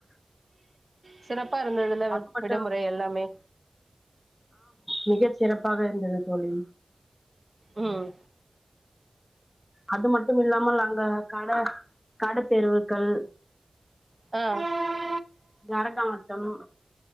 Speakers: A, on the right; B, on the left.
A: சிறப் அப்பா இருந்ததுல
B: அது மட்டும்
A: விடுமுறை எல்லாமே
B: மிக சிறப்பாக இருந்தது தோழி
A: உம்
B: அது மட்டும் இல்லாமல் நாங்க கடை கடை தேர்வுகள்
A: ஆஹ்
B: நரகாட்டம்